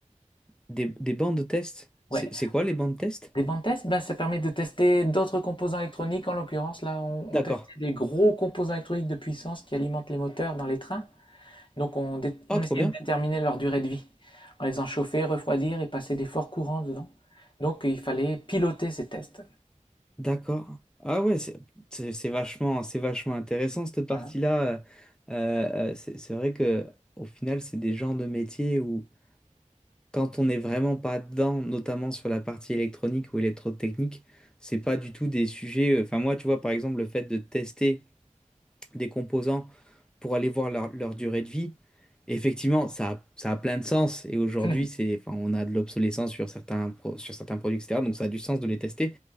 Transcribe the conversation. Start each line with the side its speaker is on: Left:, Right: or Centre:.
Centre: Des, des bancs de test?
Left: Ouais,
Centre: C'est c'est quoi les bancs de test?
Left: Des bandes tests? Ben, ça permet de tester d'autres composants électroniques. En l'occurrence, là, on,
Centre: D'accord.
Left: on testait des gros composants électroniques de puissance qui alimentent les moteurs dans les trains. Donc, on, dé- on
Centre: Ah, trop
Left: essayait
Centre: bien.
Left: de déterminer leur durée de vie en les enchauffant, refroidir et passer des forts courants dedans. Donc, il fallait piloter ces tests.
Centre: D'accord. Ah ouais, c'est c'est- c'est vachement, c'est vachement intéressant cette partie-là.
Left: Voilà.
Centre: Euh, euh, euh, c'est c'est vrai que au final, c'est des genres de métiers où quand on n'est vraiment pas dedans, notamment sur la partie électronique ou électrotechnique, c'est pas du tout des sujets. euh, Enfin moi, tu vois, par exemple, le fait de tester des composants pour aller voir leur, leur durée de vie, effectivement, ça a, ça a plein de sens. Et aujourd'hui,
Left: <laughs>
Centre: c'est, enfin, on a de l'obsolescence sur certains pro- sur certains produits, etc. Donc ça a du sens de les tester.